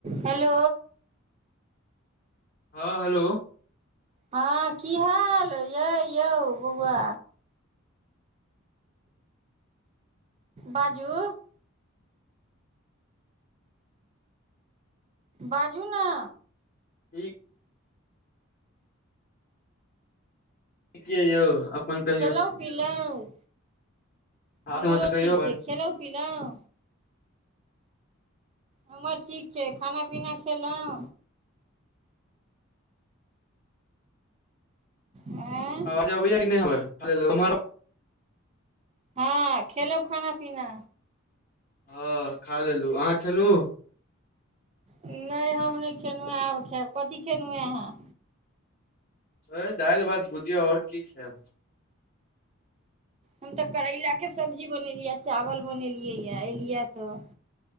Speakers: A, on the right; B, on the left.
A: Hello
B: हँ hello
A: हँ की हाल ये यौ बौआ बाजू बाजू नऽ
B: ठीक ठीक यऽ यौ अपन कहियौ
A: खेलहुँ पिलहुँ
B: हाल
A: हमरो
B: समाचार कहियौ
A: ठीक छै खेलहुँ पिलहुँ हमर ठीक छै खाना पीना खेलहुँ ऐय
B: आवाज अबैया कि नहि हमर
A: हँ खेलहु खाना पीना
B: हँ खा लेलु अहाँ खेलु
A: नहि हम नहि खेलहुँ आब खायब कथी खेलहुँ हँ अहाँ
B: ओहे दाइल भात भुझिया आओर की खेब
A: हम तऽ करैला के सब्जी बनेलियै चावल बनेलियै एलियै तऽ